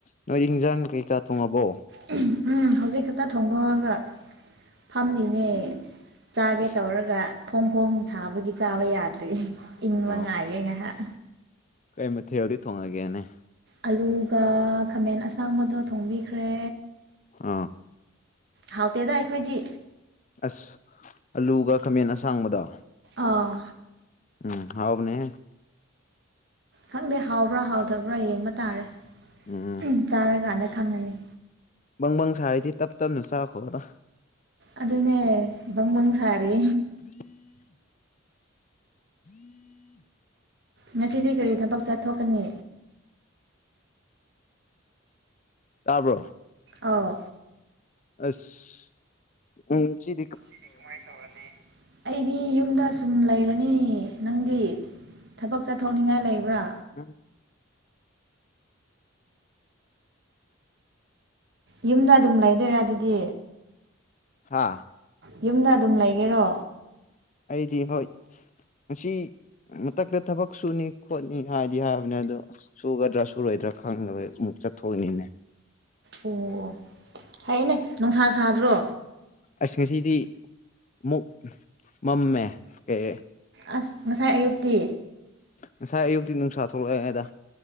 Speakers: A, on the left (about 35°); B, on the right (about 55°).
A: ꯅꯣꯏꯗꯤ ꯍꯤꯟꯖꯥꯡ ꯀꯩꯀꯥ ꯊꯣꯡꯉꯕꯣ
B: <unintelligible> ꯎꯝ ꯍꯧꯖꯤꯛ ꯈꯛꯇ ꯊꯣꯡꯗꯣꯛꯑꯒ ꯐꯝꯃꯤꯅꯦ ꯆꯥꯒꯦ
A: ꯑꯁ
B: ꯇꯧꯔꯒ ꯐꯣꯡ ꯐꯣꯡ ꯁꯥꯕꯒꯤ ꯆꯥꯕ ꯌꯥꯗ꯭ꯔꯤ ꯏꯪꯕ
A: ꯑꯣ
B: ꯉꯥꯏꯒꯦ ꯉꯥꯏꯍꯥꯛ
A: ꯀꯩ ꯃꯊꯦꯜꯗꯤ ꯊꯣꯡꯉꯒꯦꯅꯦ
B: ꯑꯂꯨꯒ ꯈꯥꯃꯦꯟ ꯑꯁꯥꯡꯕꯗꯣ ꯊꯣꯡꯕꯤꯈ꯭ꯔꯦ
A: ꯑꯥ
B: ꯍꯥꯎꯇꯦꯗ ꯑꯩꯈꯣꯏꯗꯤ
A: ꯑꯁ ꯑꯂꯨꯒ ꯈꯥꯃꯦꯟ ꯑꯁꯥꯡꯕꯗꯣ
B: ꯑꯥ
A: ꯎꯝ ꯍꯥꯎꯕꯅꯦꯍꯦ
B: ꯈꯪꯗꯦ ꯍꯥꯎꯕ꯭ꯔꯥ ꯍꯥꯎꯇꯕ꯭ꯔꯥ ꯌꯦꯡꯕ ꯇꯥꯔꯦ <unintelligible>
A: ꯎꯝ ꯎꯝ
B: ꯆꯥꯔꯀꯥꯟꯗ ꯈꯪꯉꯅꯤ
A: ꯕꯪꯕꯪ ꯁꯥꯔꯤꯗꯤ ꯇꯞ ꯇꯞꯅ ꯆꯥꯈꯣ ꯗ
B: ꯑꯗꯨꯅꯦ ꯕꯪꯕꯪ ꯁꯥꯔꯤ
A: <inaudible> <inaudible>
B: ꯉꯁꯤꯗꯤ ꯀꯔꯤ ꯊꯕꯛ ꯆꯠꯊꯣꯛꯀꯅꯤ
A: ꯇꯥꯕꯔꯣ
B: ꯑꯥꯎ
A: ꯑꯁ ꯎꯝ ꯁꯤ
B: ꯁꯤꯗꯤ ꯀꯃꯥꯏ ꯇꯧꯔꯅꯤ ꯑꯩꯗꯤ ꯌꯨꯝꯗ ꯑꯁꯨꯝ ꯂꯩꯔꯅꯤ ꯅꯪꯗꯤ ꯊꯕꯛ ꯆꯠꯊꯣꯛꯅꯤꯡꯉꯥꯏ ꯂꯩꯕ꯭ꯔꯥ
A: ꯎ
B: ꯌꯨꯝꯗ ꯑꯗꯨꯝ ꯂꯩꯗꯣꯏꯔ ꯑꯗꯨꯗꯤ
A: ꯍꯥꯥ
B: ꯌꯨꯝꯗ ꯑꯗꯨꯝ ꯂꯩꯒꯦꯔꯣ
A: ꯑꯩꯗꯤ ꯍꯣꯏ ꯃꯁꯤ ꯃꯊꯛꯇ ꯊꯕꯛ ꯁꯨꯅꯤ ꯈꯣꯠꯅꯤ ꯍꯥꯏꯗꯤ ꯍꯥꯏꯕꯅꯦ ꯑꯗꯣ ꯁꯨꯒꯗ꯭ꯔꯥ ꯁꯨꯔꯣꯏꯗ꯭ꯔꯥ ꯈꯪꯗꯕ ꯑꯃꯨꯛ ꯆꯠꯊꯣꯛꯏꯅꯤꯅꯦ
B: ꯑꯣ ꯍꯥꯏꯌꯦꯅꯦ ꯅꯨꯡꯁꯥ ꯁꯥꯗ꯭ꯔꯣ
A: ꯑꯁ ꯉꯁꯤꯗꯤ ꯃꯨꯛ ꯃꯥꯝꯃꯦ ꯀꯩꯌꯦ
B: ꯑꯁ ꯉꯁꯥꯏ ꯑꯌꯨꯛꯇꯤ
A: ꯉꯁꯥꯏ ꯑꯌꯨꯛꯇꯤ ꯅꯨꯡꯁꯥ ꯊꯣꯛꯂꯛꯑꯦ ꯑꯗ